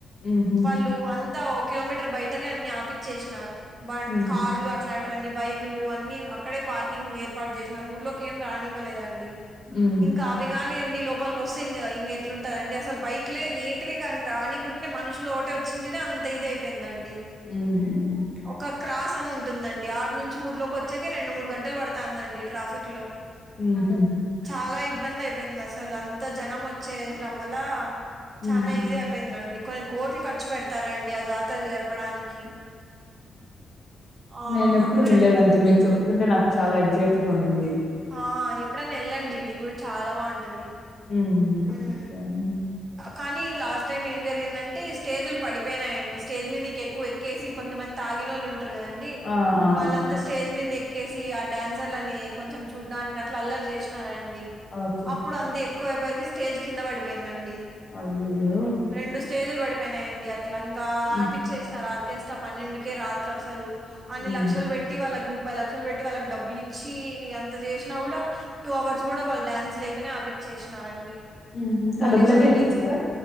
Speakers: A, on the left (about 45°); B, on the right (about 40°).
A: హుహు.
B: వాళ్ళు అంత ఓ కిలోమీటర్ బయటనే అన్ని ఆపిచ్చేసినారు బండ్
A: హ్మ్.
B: కార్లు అట్లా అట్లాటివన్ని బైకులు అన్ని అక్కడే పార్కింగ్ ఏర్పాటు చేసినారు ఊర్లోకి ఏం రానివ్వలేదండి
A: హ్మ్.
B: ఇంకా ఆవ్ అవి గానీ అన్ని లోపలికి వస్తే ఇంగ్ ఇంగ ఎట్లుంటాదండి అసలు బైక్లే ఏంటివి కానీ రానికుంటే మనుషులు ఒకటే వచ్చింటేనే అంత ఇది అయిపోయిందండి
A: మ్మ్ మ్మ్
B: ఒక క్రాస్ అని ఉంటుందండి ఆరు నుంచి ఊర్లో వొచ్చేకే రెండు మూడు గంటలు పడుతాందండి ట్రాఫిక్ లో
A: హుహు.
B: చాలా ఇబ్బంది అయిపోయిందసలు అంత జనం వచ్చేయడం వల్ల
A: హ్మ్.
B: చానా ఈజీ అయిపోయిందండి కొన్ని కోట్లు ఖర్చు పెడతారు అండి ఆ జాతర జరపడానికి ఆ
A: నేనేప్పుడు
B: అట్లనే
A: విన్లేదండి మీరు చెప్తుంటే నాకు చాలా ఎగ్జైటింగ్ గా ఉందండి
B: ఆ ఎప్పుడన్నా వెళ్ళండి మీరు కూడా చాలా బాగుంటది
A: మ్మ్
B: ఉమ్
A: ఓకే అండి
B: కానీ లాస్ట్ టైమ్ ఏం జరిగిందంటే స్టేజ్లు పడిపోయినాయండి స్టేజ్ మీదికి ఎక్కి ఎక్కువ ఎక్కేసి కొంతమంది తాగి నోళ్ళు ఉంట రుకదండి
A: ఆ ఆ
B: వాళ్ళంతా
A: ఆ
B: స్టేజ్ మీద ఎక్కేసి ఆ డాన్సర్లని కొంచం చూడ్డానికి అట్లా అల్లరి చేసినారండి
A: ఓకే
B: అప్పుడు అందీర్ కోయే పరికి స్టేజ్ కింద పడిపోయిందండి
A: అయ్యయ్యో
B: రెండు స్టేజులు పడిపోయినాయండి అట్లా ఇంకా
A: హ్మ్
B: ఆపిచ్చేసినారు ఆర్కెస్ట్ పన్నెండుకే రాత్రసలు అన్ని
A: హ్మ్
B: లక్షలు పెట్టి వాళ్ళకి ముప్పై లక్షలు పెట్టి వాళ్ళకి డబ్బులిచ్చి కి అంత చేసినా గుడా టూ అవర్స్ కూడా వాళ్ళు డ్యాన్స్ ఏయాకనే ఆపచ్చేసినారండి
A: హుహు
B: పోలీసోల్లింకా
A: ఆ డబ్బులయితే ఇచ్చేస్తారా